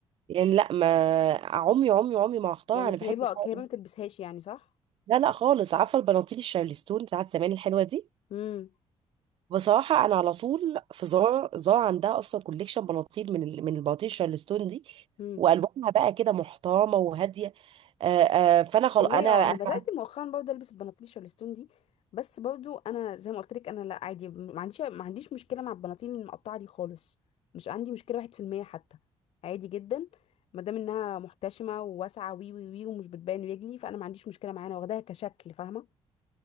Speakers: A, on the right; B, on the left.
A: يعني لا ما عمي عمي عمي ما اختار
B: يعني
A: انا
B: كهيبه
A: بحب
B: كهيبه
A: بقى إيه؟
B: ما تلبسهاش يعني صح
A: لا لا خالص عارفه البناطيل الشارلستون ساعات زمان الحلوه دي
B: امم
A: بصراحه انا على طول في زارا زارا عندها اصلا كوليكشن بناطيل من ال- من البناطيل الشارلستون دي
B: امم.
A: والوانها بقى كده محترمه وهاديه آه آه فانا خلاص
B: والله
A: انا
B: اه انا
A: أنا-
B: بدات مؤخرا برضه البس البناطيل الستون دي بس برضه انا زي ما قلت لك انا لا عادي ما عنديش ما عنديش مشكله مع البناطيل المقطعه دي خالص مش عندي مشكله واحد في المية حتى عادي جدا ما دام انها محتشمه وواسعه وي وي وي ومش بتبان رجلي فانا ما عنديش مشكله معاها انا واخداها كشكل فاهمه